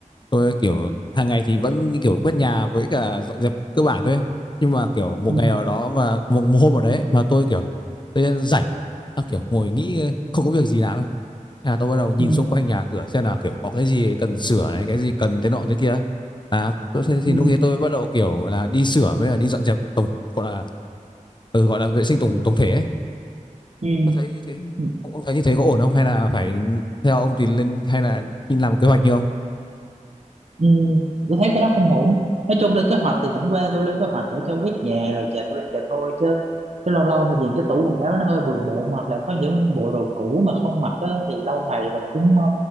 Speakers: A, on the left; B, on the right.
A: tôi kiểu hàng ngày thì vẫn như kiểu quét nhà với cả dọn dẹp cơ bản thôi ấy. nhưng mà kiểu một
B: Ừ.
A: ngày nào đó mà một, một hôm nào đấy mà tôi kiểu tôi rảnh à, kiểu ngồi nghĩ không có việc gì làm ấy Thế là tôi bắt đầu nhìn
B: Ừ.
A: xung quanh nhà cửa xem là kiểu có cái gì cần sửa này cái gì cần thế nọ thế kia ấy. à tôi, thì
B: Ừ. Ừ.
A: lúc ấy tôi bắt đầu kiểu là đi sửa với là đi dọn dẹp tổng gọi là ừ, gọi là vệ sinh tổng tổng thể ấy.
B: ừ,
A: Tôi thấy như thế
B: ừ,
A: ông ông thấy như thế có ổn không hay là phải theo ông thì lên hay là nhìn làm kế hoạch như ông
B: Ừ, tôi thấy cái đó không ổn nói chung lên kế hoạch thì chẳng qua tôi lên kế hoạch để cho quét nhà rồi chà tôi rồi thôi chứ chứ lâu lâu mà nhìn cái tủ quần áo nó hơi bừa bộn hoặc là có những bộ đồ cũ mà không mặc á, thì lâu ngày mình cũng ờ,